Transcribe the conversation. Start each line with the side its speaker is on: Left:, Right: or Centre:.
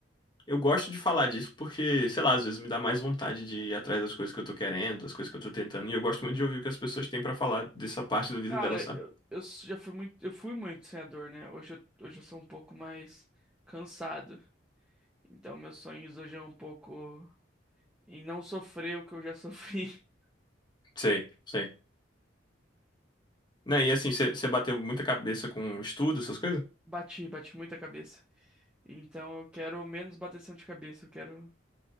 Left: eu gosto de falar disso porque, sei lá, às vezes me dá mais vontade de ir atrás das coisas que eu tô querendo, das coisas que eu tô tentando, e eu gosto muito de ouvir o que as pessoas têm pra falar dessa parte da vida
Centre: Cara,
Left: delas, sabe?
Centre: eu, eu s- já fui muito, eu fui muito sonhador, né? Hoje eu, hoje eu sou um pouco mais cansado. Então meus sonhos hoje é um pouco. e não sofrer o que eu já sofri. <laughs>
Left: Sei, sei. Né, e assim, você bateu muita cabeça com estudo, essas coisas?
Centre: Bati, bati muita cabeça. Então eu quero menos bateção de cabeça, eu quero